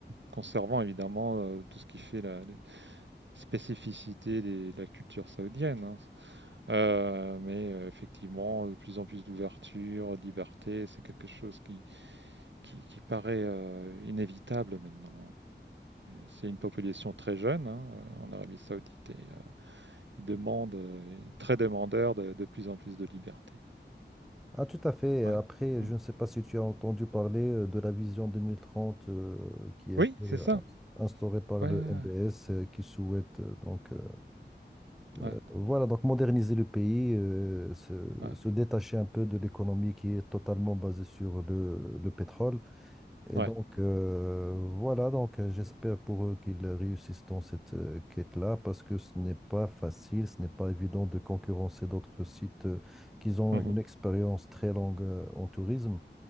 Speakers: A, on the right; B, in the centre.
A: conservant évidemment euh, tout ce qui fait la les spécificités des- de la culture saoudienne. hein. Euh, mais euh, effectivement, de plus en plus d'ouverture, de liberté, c'est quelque chose qui, qui, qui paraît euh, inévitable maintenant. C'est une population très jeune hein, euh, en Arabie Saoudite et euh, ils demandent, euh, très demandeurs de, de plus en plus de liberté.
B: Ah, tout à fait. Et
A: Ouais.
B: Après,
A: Mm.
B: je ne sais pas si tu as entendu parler euh, de la vision 2030 euh, qui a
A: Oui,
B: été
A: c'est
B: euh,
A: ça.
B: instaurée par
A: Ouais,
B: le
A: ouais,
B: MBS euh, qui souhaite euh, donc euh, Euh,
A: ouais.
B: Voilà, donc moderniser le pays, euh, se,
A: Ouais, ouais.
B: se détacher un peu de l'économie qui est totalement basée sur le, le pétrole. Et
A: Ouais.
B: donc, euh, voilà, donc euh, j'espère pour eux qu'ils réussissent dans cette euh, quête-là parce que ce n'est pas facile, ce n'est pas évident de concurrencer d'autres sites euh, qui ont
A: Mhm.
B: une expérience très longue euh, en tourisme.